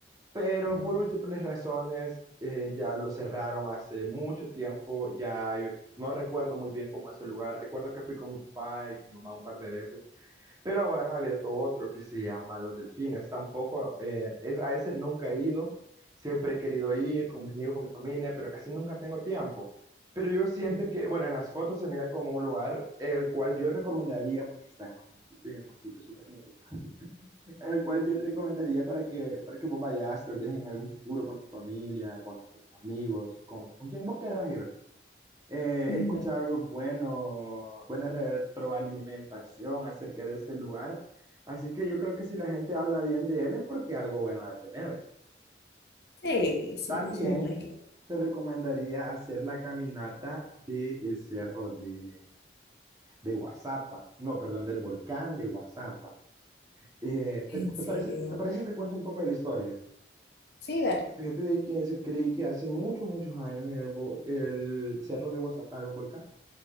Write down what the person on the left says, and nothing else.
Ujú,
ujú,
ujú,
ujú.
Sí, sí,
eso me imagino.
En
serio.
Sí, dale.